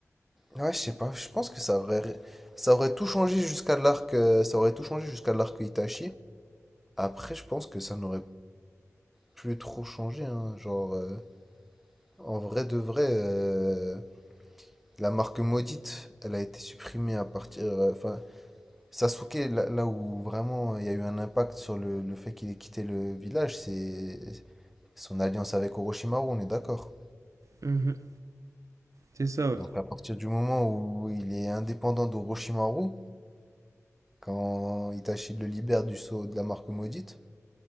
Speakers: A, in the centre; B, on the right.
A: Ouais, je sais pas. Je pense que ça aurait... Ça aurait tout changé jusqu'à l'arc... euh, Ça aurait tout changé jusqu'à l'arc Itachi. Après, je pense que ça n'aurait plus trop changé, hein. Genre, euh, en vrai de vrai, euh, la marque maudite, elle a été supprimée à partir... euh, Enfin, Sasuke, là, là où vraiment il y a eu un impact sur le, le fait qu'il ait quitté le village, c'est son alliance avec Orochimaru, on est d'accord.
B: Mhm. C'est ça, ouais,
A: Donc à partir du moment où il est indépendant d'Orochimaru, quand Itachi le libère du sceau de la marque maudite,